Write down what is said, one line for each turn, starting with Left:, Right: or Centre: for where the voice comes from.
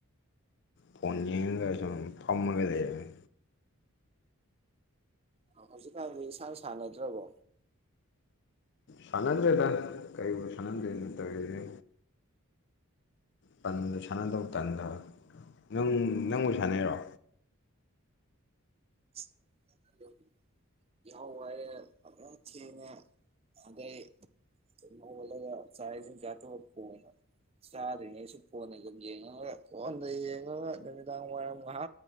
Left: ꯐꯣꯟ ꯌꯦꯉꯒ ꯁꯨꯝ ꯊꯝꯃꯒ ꯂꯩ꯫
Right: ꯑꯣ ꯍꯧꯖꯤꯛꯀꯥꯟꯗꯤ ꯏꯁꯟ ꯁꯥꯟꯅꯗ꯭ꯔꯕꯣ꯫
Left: ꯁꯥꯟꯅꯗ꯭ꯔꯦꯗ ꯀꯔꯤꯕꯨ ꯁꯥꯟꯅꯗꯣꯏꯅꯣ ꯇꯧꯔꯤꯁꯦ꯫ ꯇꯟꯗ ꯁꯥꯟꯅꯗꯧ ꯇꯟꯗ ꯅꯪ ꯅꯪꯕꯨ ꯁꯥꯟꯅꯩꯔꯣ꯫
Right: <inaudible> ꯌꯥꯍꯧꯕꯩ ꯑꯈꯣꯏ ꯆꯦꯅꯦ ꯑꯗꯩ ꯇꯨꯝ ꯍꯧꯒꯠꯂꯒ ꯆꯥꯛ ꯏꯁꯤꯡ ꯆꯊꯣꯛꯑ꯫ <unintelligible> ꯁꯥꯗ ꯐꯉ ꯐꯟꯉꯃꯤꯗꯥꯥꯡꯥ